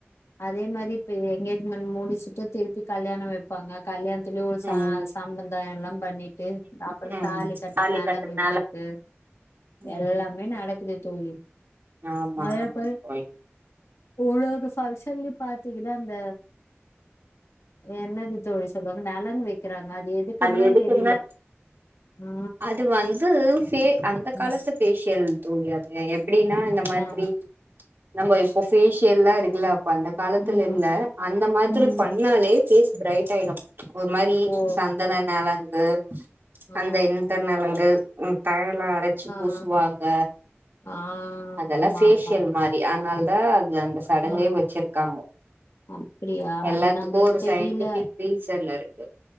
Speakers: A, on the left; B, on the right.
A: அதே மாறி இப்ப எங்கேஜ்மெண்ட் முடிச்சுட்டு திருப்பி கல்யாண வப் பாங்க கல்யாணத்துலயு ஒரு ச
B: ம்
A: சம்பந்தாயல்லா பண்ணி ட்டு அப்ற
B: ம்
A: தாலி கட்ட நால
B: கட்றதுனால
A: உங்களுக்கு <unintelligible>
B: ம்
A: எல்லா மே நடக்குது தோழி
B: ஆமா
A: அதா
B: ஆமாங்க
A: இப்ப
B: தோழி
A: <unintelligible> பங்சன்ல பாத்தீங்கன்னா அந்த என்னது தோழி சொல்லுவாங்க நழங்கு வைக்கிறாங்க அது எதுக்குன்னு
B: அது
A: தா
B: எதுக்கு
A: தெரியல
B: நா
A: ஆ
B: அது வந்து ஃபே அந்த
A: ம்
B: காலத்து ஃபேஷியல் தோழி அது எப்டின்னா இந்த மாதிரி
A: ஆ
B: நம்ம இப்போ ஃபேஷியல்லா இருக்குல்ல அப்ப அந்த காலத்துல
A: ம்
B: இல்ல அந்த மாதிரி
A: ம்
B: பண்ணாலே பேஸ் பிரரைட் ஆயிடும் ஒரு மாறி
A: ஓ
B: சந்தன நழங்கு
A: ஆ
B: அந்த இந்த நலங்கு தயலா அரைச்சு பூசுவாங்க
A: ஆ ஆ
B: அதெல்லா
A: ஆமா
B: பேஷியல்
A: ஆமா
B: மாறி அதனால தா அது அந்த சடங்கே
A: ஆ
B: வச்சிருக்காங்க
A: அப்டியா
B: எல்லாத்துக்கு
A: அது நம்ளுக்கு
B: ஒரு
A: தெரில
B: சயின்டிபிக் ரீசன் இருக்கு